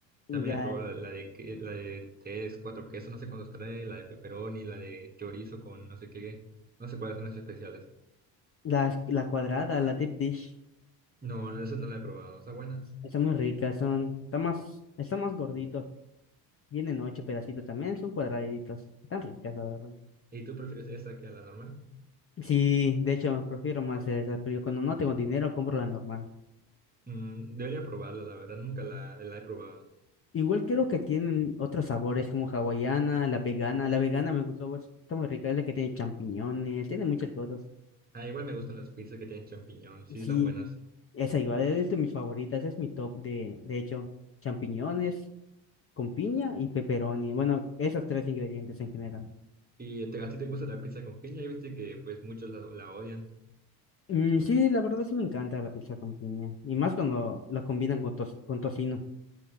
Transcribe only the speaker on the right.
También he probado la, la de que- la de tres, cuatro quesos, no sé cuántos trae, la de pepperoni, la de chorizo con no sé qué, no sé cuáles son las especiales.
No, esa no la he probado, está buena.
¿Y tú prefieres esa que a la normal?
Mm, debería probarla, la verdad, nunca la, la he probado.
Ah, igual me gustan las pizzas que tienen champiñón, sí,
están buenas.
Y te- a ti te gusta la pizza con piña y viste que pues muchos la, la odian.